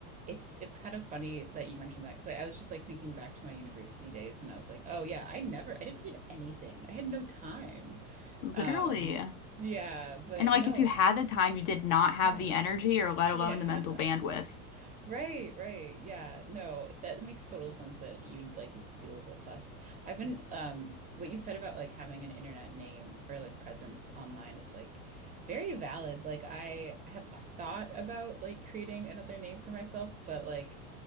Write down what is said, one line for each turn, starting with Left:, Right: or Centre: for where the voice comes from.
Right: it's it's kind of funny that you mentioned that because I, I was just like thinking back to my university days and I was like, oh yeah, I never I didn't read anything. I had no time.
Left: Literally.
Right: Um, yeah, but
Left: And like
Right: no,
Left: if you had the time, you did not have
Right: yeah.
Left: the energy or let
Right: Yeah.
Left: alone the mental bandwidth.
Right: <laughs> Right, right. Yeah. No, that makes total sense that you'd like do a little bit less. I've been um what you said about like having an internet name or like presence online is like very valid. Like I have thought about like creating another name for myself, but like